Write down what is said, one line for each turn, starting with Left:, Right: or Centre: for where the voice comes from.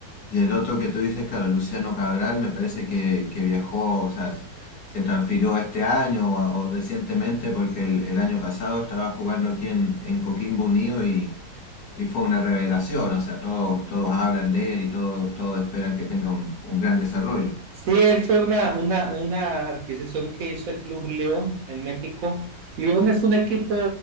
Left: Y el otro que tú dices, claro, Luciano Cabral, me parece que, que viajó, o sea, se transfirió este año o, o recientemente porque el, el año pasado estaba jugando aquí en, en Coquimbo Unido y, y fue una revelación, o sea, todos, todos hablan de él y todos, todos esperan que tenga un, un gran desarrollo.
Right: Sí, él fue una, una, una adquisición que hizo el Club León en México. León es un equipo